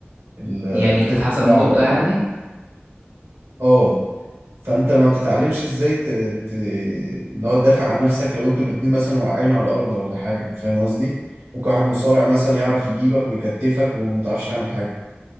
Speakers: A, on the right; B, on the right.
A: ال- الخصم
B: يعني بتتحسب
A: وقع
B: نقطة
A: على الارض
B: يعني
A: اه فانت ما بتتعلمش ازاي ت... ت... اللي هو تدافع عن نفسك لو انتوا الاتنين مثلا واقعين على الارض ولا حاجه فاهم قصدي ممكن واحد مصارع مثلا يعرف يجيبك ويكتفك وما تعرفش تعمل حاجه